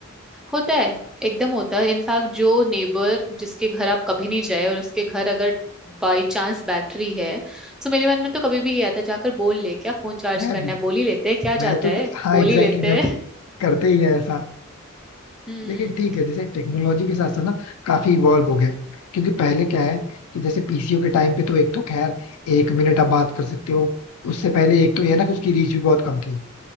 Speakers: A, in the centre; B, on the left.
A: होता है एकदम होता है इनफैक्ट जो नेबर जिसके घर आप कभी नहीं जाए और उसके घर अगर बाई चांस बैटरी है सो मेरे मन में तो कभी भी ये आता है जाकर बोल ले क्या फोन चार्ज
B: मैं
A: करना
B: भी
A: है बोल ही लेते हैं क्या
B: मैं
A: जाता
B: तो
A: है
B: हाँ
A: बोल
B: एग्जैक्टली
A: ही लेते
B: exactly, मैं
A: हैं
B: तो करते ही है ऐसा
A: <laughs> हम्म
B: लेकिन ठीक है जैसे टेक्नोलॉजी के साथ साथ ना काफी इवॉल्व हो गए क्योंकि पहले क्या है कि जैसे पीसीओ के टाइम पे तो एक तो खैर एक मिनट आप बात कर सकते हो उससे पहले एक तो ये ना कि उसकी रीच भी बहुत कम थी